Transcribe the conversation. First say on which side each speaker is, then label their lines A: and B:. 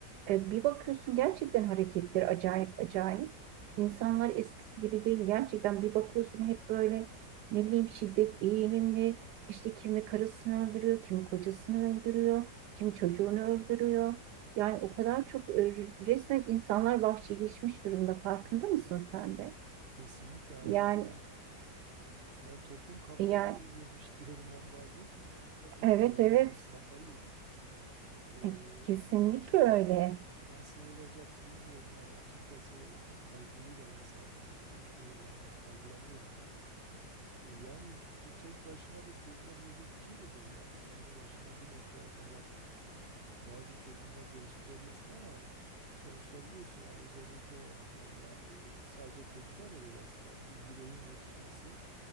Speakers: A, on the right; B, on the right.
A: E, bir bakıyorsun gerçekten hareketleri acayip acayip. İnsanlar eskisi gibi değil. Gerçekten bir bakıyorsun hep böyle ne bileyim şiddet eğilimli. İşte kimi karısını öldürüyor, kimi kocasını öldürüyor, kimi çocuğunu öldürüyor. Yani o kadar çok e, resmen insanlar vahşileşmiş durumda. Farkında mısın sen de?
B: Kesinlikle aynen
A: Yani
B: ya. Yani toplum kafayı
A: yani
B: ye- yemiş diyorum ben bazen. Hepimiz
A: evet
B: yani
A: evet
B: hepimiz kafayı yedik. E,
A: E, kesinlikle
B: ama yani
A: öyle.
B: Nasıl olacak bilmiyorum yani açıkçası kaygılı da insan e, çoğu zaman kaygılanıyorum da. E, Yani d- tek başına da çözülebilecek bir şey de değil. Yani kendi başına bir noktaya kadar bazı çözümler geliştirebilirsin ama sonuçta biliyorsun yani özellikle e, ya e, sadece çocuklar da değil aslında bir bireyin yetişmesi